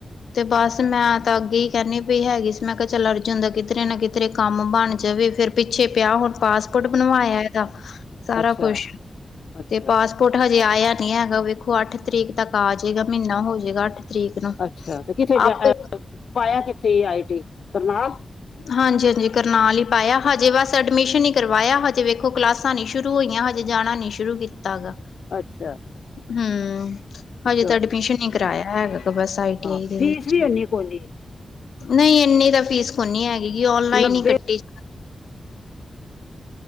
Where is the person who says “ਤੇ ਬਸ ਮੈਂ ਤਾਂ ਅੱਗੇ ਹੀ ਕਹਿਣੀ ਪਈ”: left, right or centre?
Left